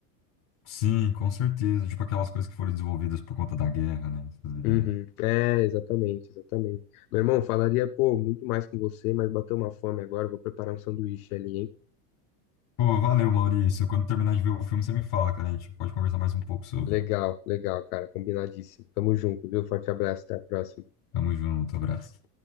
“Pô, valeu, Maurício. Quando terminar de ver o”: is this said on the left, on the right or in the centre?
Left